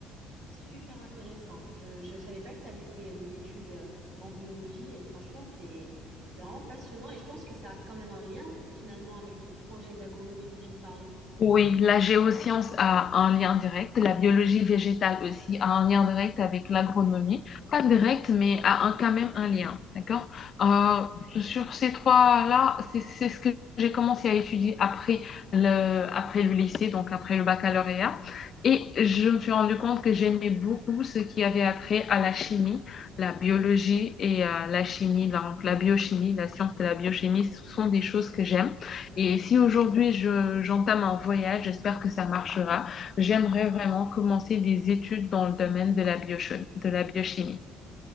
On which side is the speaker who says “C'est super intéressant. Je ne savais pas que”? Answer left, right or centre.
Right